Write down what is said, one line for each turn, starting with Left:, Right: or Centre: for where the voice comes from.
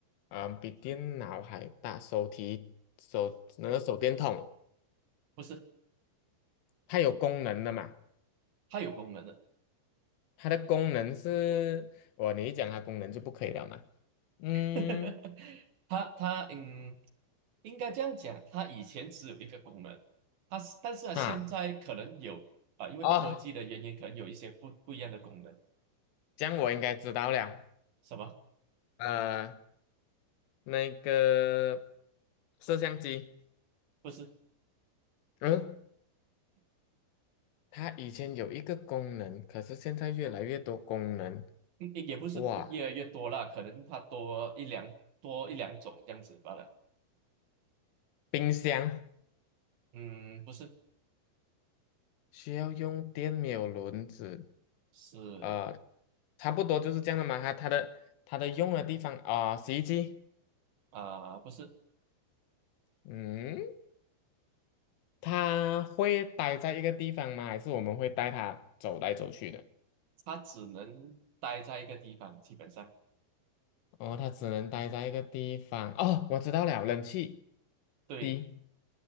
Left: 呃比电脑还大，手提手那个手电筒，
Right: 不是，
Left: 它有功能的嘛？
Right: 它有功能的。
Left: 它的功能是，我你一讲它功能就不可以了嘛？嗯。
Right: <laughs> 它它嗯，应该这样讲，它以前只有一个功能，它是但是啊，现在可能有啊、
Left: 啊。
Right: 因为科技的原因，
Left: 哦，
Right: 可能有一些不不一样的功能，
Left: 这样我应该知道了。
Right: 什么？
Left: 呃，那个摄像机，
Right: 不是，
Left: 嗯，它以前有一个功能，可是现在越来越多功能。
Right: 嗯也不是多越来越多啦，
Left: 哇，
Right: 可能它多一两多一两种这样子罢了。
Left: 冰箱
Right: 嗯，不是，
Left: 需要用电，没有轮子，
Right: 是
Left: 呃，差不多就是这样的嘛。它它的它的用的地方啊，洗衣机，
Right: 啊、不是，
Left: 嗯，它会待在一个地方吗？还是我们会带它走来走去的？
Right: 它只能待在一个地方，基本上，
Left: 哦，它只能待在一个地方。哦，我知道了，冷气
Right: 对，
Left: 机